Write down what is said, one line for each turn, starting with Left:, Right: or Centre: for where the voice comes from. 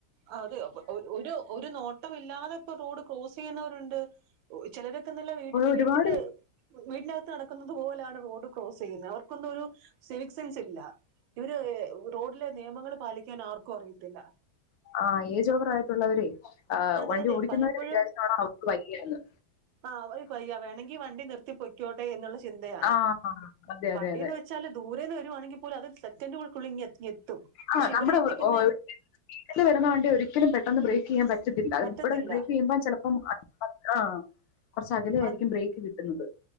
Right: ആഹ് അതെയോ ഒരു ഒരു നോ ട്ടവില്ലാതെ പ്പ റോഡ് ക്രോസ് ചെയ്യുന്നവരുണ്ട് ചെലരൊക്കെ ന്നലെ വീട്ടിൻ
Left: ഒരുപാട്
Right: വീട്ടില് വീടിനകത്ത് നടക്കുന്നുന്നത് പോലാണ് റോഡ് ക്രോസ് ചെയ്യുന്ന അവർക്കൊന്നും ഒരു സിവിസെൻസ് ഇല്ല ഇവര് റോഡിലെ നിയമങ്ങള് പാലിയ്ക്കാൻ ആർക്കു അറിയത്തില്ല
Left: ആഹ് ഏജ് ഓവർ ആയിട്ടുള്ളവരെ ആഹ്
Right: അതെ
Left: വണ്ടി
Right: അതെ
Left: ഓടിക്കുന്നവരെ
Right: പലപ്പോഴും
Left: വിചാരിച്ചാണോ അവർക്ക് വൈയ്യയെന്ന്
Right: ആഹ് അവ പയ്യ വേണങ്കി വണ്ടി നിർത്തി പൊയ്ക്കോട്ടെ എന്ന്ള്ള ചിന്തയാണ്
Left: ആ അതെ
Right: വണ്ടിന്ന്
Left: അതെ അതെ
Right: വെ ച്ചാല് ദൂരേന്ന് വരുവാണെങ്കി പോലും അത് സെക്കൻഡുകൾക്കുള്ളി ങ്ങേ ങ്ങെത്തും പക്ഷെ
Left: ആ
Right: ഇവര്
Left: നമ്മുടെ
Right: ചിന്തിക്കുന്നെ
Left: വീട്ടിൽ വരുന്ന വണ്ടി ഒരിക്കലും പെട്ടെന്ന് ബ്രേക്കിയ്യാമ്പറ്റത്തില്ല.
Right: പറ്റത്തില്ല
Left: ഇവിടെ ബ്രേക്കിയ്യുമ്പം ചിലപ്പം അ ആഹ് കുറച്ച് കലെ ആയിരിക്കും
Right: അത്
Left: ബ്രേക്ക് കിട്ടുന്നത്